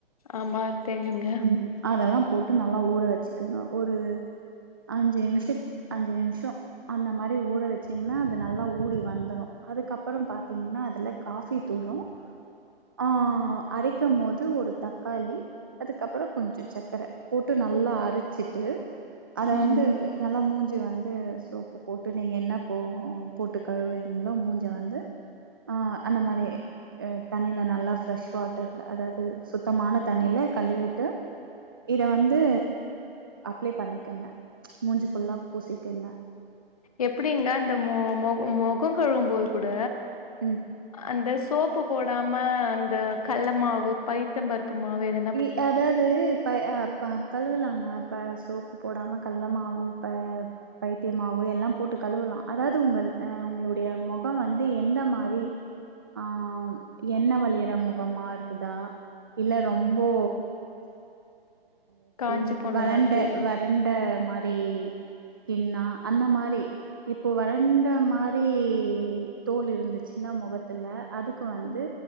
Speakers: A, on the left (about 35°); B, on the right (about 25°).
A: ஆமா தெரியுங்க
B: ம் அதெல்லா போட்டு நல்லா ஊற வச்சுகங்க ஒரு அஞ்சே நிமிஷ அஞ்சு நிமிஷோ அந்த மாரி ஊற வச்சிங்கன்னா அது நல்லா ஊரி வந்துரு அதுக்கப்புறோ பாத் தீங்கனா அதுல காஃபி தூளு ஆ அரைக்கம் போது ஒரு தக்காளி அதுக்கப்பறோ கொஞ்சோ சக்கர போட்டு நல்லா அரச்சிட்டு அத
A: ம்
B: வந்து நல்லா மூஞ்ச வந்து சோப்பு போட்டு நீங்க என்ன போ போட்டு கழுவீங்களோ மூஞ்ச வந்து ஆ அந்த மாரி அ தண்ணில நல்லா ஃப்ரெஷ் வாட்டர்ல அதாது டு சுத்தமான தண்ணில கழுவிட்டு இத வந்து அப்ளை பண்ணிக்கங்க மூஞ்சு ஃபுல்லா பூசிக்கங்க
A: எப்டிங்னா இந்த மொ மொ மொகோ கழுவும்போது கூட
B: ம்
A: அந்த சோப்பு போடாம அந்த கள்ள மாவு பயித் த்தம்பருப்பு மாவு எது
B: இ அதாது பை அ ப கழுவுலாங்க இப்ப சோப்பு போடாம கள்ள மாவு ப பயித்தே மாவு எல்லா போட்டு கழுவலா அதாது உங்க அ உங்களுடைய முகோ வந்து எந்த மாரி ஆம் எண்ணெ வழியிற முகமா இருக்குதா இல்ல ரொம்போ எப்டி
A: காஞ்சு போன
B: வறண்ட
A: மாதிரி
B: வறண்ட மாரி ஸ்கின்னா அந்த மாரி இப்போ வறண்ட மாரி தோல் இருந்துச்சின்னா முகத்துல அதுக்கு வந்து
A: ம்.